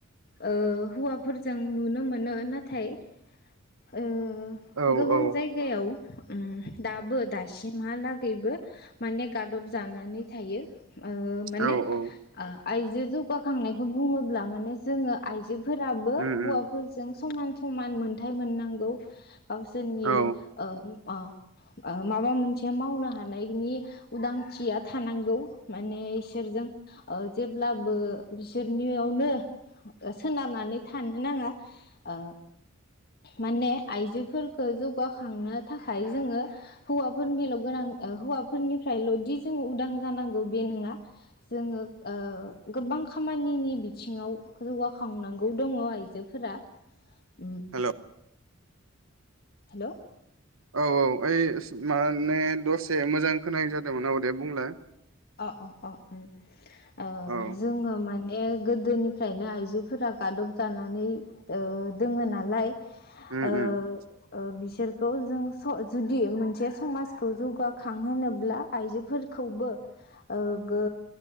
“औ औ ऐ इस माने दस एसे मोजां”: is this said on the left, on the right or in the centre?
Right